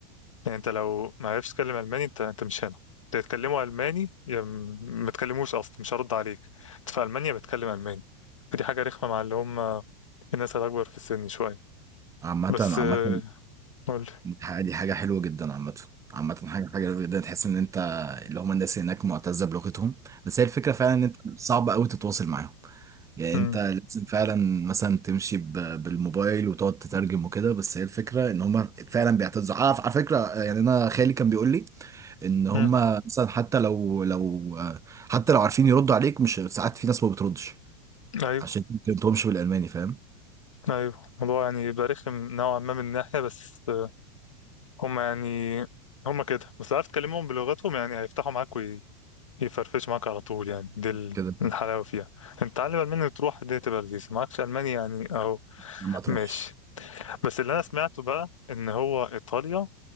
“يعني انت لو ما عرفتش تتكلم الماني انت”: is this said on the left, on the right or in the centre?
Left